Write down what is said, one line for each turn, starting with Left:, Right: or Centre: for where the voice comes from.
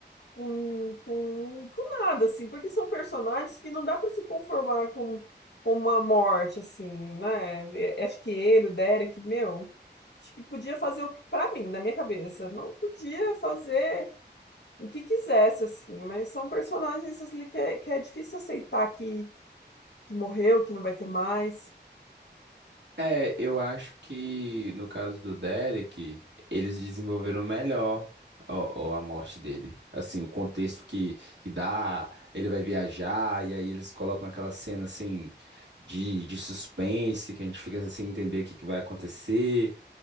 Left: com, com, com nada, assim, porque são personagens que não dá para se conformar com, com uma morte, assim, né? E- Acho que ele, o Derek, meu, acho que podia fazer o que, pra mim, na minha cabeça, não podia fazer o que quisesse, assim, mas são personagens assim, que é, que é difícil aceitar que, que morreu, que não vai ter mais.
Right: É, eu acho que no caso do Derek, eles desenvolveram melhor o, o- a morte dele. Assim, o contexto que, que dá, ele vai viajar, e aí eles colocam aquela cena assim de, de suspense, que a gente fica sem entender o que, que vai acontecer.